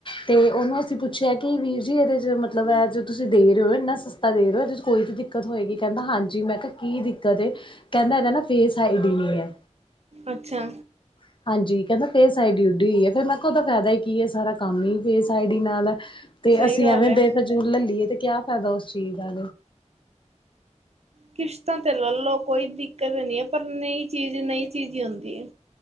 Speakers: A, on the left (about 40°); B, on the right (about 60°).
A: ਤੇ ਉਨੂੰ ਅਸੀਂ ਪੁੱਛਿਆ ਕਿ ਵੀਰ ਜੀ ਇਹਦੇ ਚ ਮਤਲਬ ਐ ਜ ਤੁਸੀਂ ਦੇ ਰੇ ਓ ਇੰਨਾ ਸਸਤਾ ਦੇ ਰੇ ਓ ਇਦੇ ਚ ਕੋਈ ਤਾਂ ਦਿੱਕਤ ਹੋਏਗੀ ਕਹਿੰਦਾ ਹਾਂਜੀ ਮੈਂ ਕਿਹਾ ਕੀ ਦਿੱਕਤ ਏ ਕਹਿੰਦਾ ਏਦਾ ਨਾ ਫੇਸ ਆਈਡੀ ਨੀ ਐ
B: ਅੱਛਾ
A: <inaudible> ਹਾਂਜੀ ਕਹਿੰਦਾ ਫੇਸ ਆਈ ਡੀ ਉੱਡੀ ਹੋਈ ਏ ਫੇਰ ਮੈਂ ਕਿਹਾ ਉਦਾ ਫਾਇਦਾ ਈ ਕੀ ਏ ਸਾਰਾ ਕੰਮ ਈ ਫੇਸ ਆਈ ਡੀ ਨਾਲ ਐ ਤੇ
B: ਸਹੀ
A: ਅਸੀਂ
B: ਗੱਲ
A: ਐਵੇਂ
B: ਹੈ।
A: ਬੇਫਜੂਲ ਲੈੱਲੀਏ ਤੇ ਕਿਆ ਫਾਇਦਾ ਉਸ ਚੀਜ਼ ਦਾ
B: ਕਿਸ਼ਤਾ ਤੇ ਲਲੋ ਕੋਈ ਦਿੱਕਤ ਨੀ ਏ ਪਰ ਨਈ ਚੀਜ਼ ਨਈ ਚੀਜ਼ ਈ ਹੁੰਦੀ ਏ